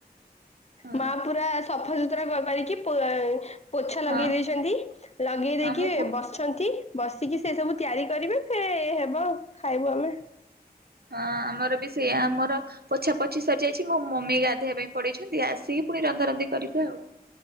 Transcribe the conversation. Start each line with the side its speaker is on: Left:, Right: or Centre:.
Right: ହଁ
Left: ମା ପୁରା ସଫାସୁତୁରା କ କରିକି ପୁ ପୋଛା ଲଗେଇ
Right: ହଁ
Left: ଦେଇଛନ୍ତି ଲଗେଇ ଦେଇକି
Right: ହଁ ମୁଁ ପୁ
Left: ବସିଛନ୍ତି। ବସିକି ସେ ସବୁ ତିୟାରି କରିବେ ଫେ ହେବ ଖାଇବୁ ଆମେ।
Right: ହଁ ଆମର ବି ସେଇଆ ଆମର ପୋଛା ପୋଛି ସରି ଯାଇଛି ମୋ ମମି ଗାଧୋଇବା ପାଇଁ ପଡେଇଛନ୍ତି ଆସିକି ପୁଣି ରନ୍ଧା ରନ୍ଧି କରିବେ ଆଉ।